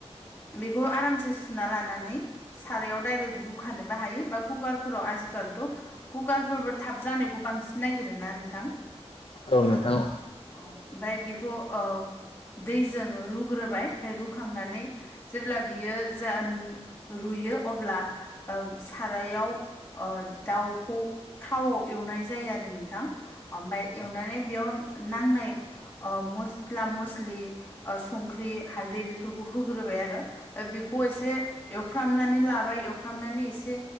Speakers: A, on the left; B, on the left.
A: बेखौ आरामसे सुना लानानै सारायाव डाइरेक्ट रुखानोबो हायो बा कुकारफोराव आजिखालिथ' कुकारफोरबो थाब जानायखौ बांसिन नागिरोना नोंथां।
B: औ नोंथां औ
A: औ ओमफाय बेखौ ओ दैजों रुग्रोबाय ओमफाय रुखांनानै जेब्ला बियो जा रुयो अब्ला ओ सारायाव ओ दाउखौ थावाव एवनाय जायो आरो नोंथां। ओमफाय
B: औ
A: एवनानै
B: नोंथां
A: बेयाव नांनाय ओ मस्ला म स्लि ओ संख्रि हालदै बेफोरखौ होग्रोबाय आरो। बेखौ एसे
B: औ
A: एवफ्रामनानै लाबाय एवफ्रामनानै एसे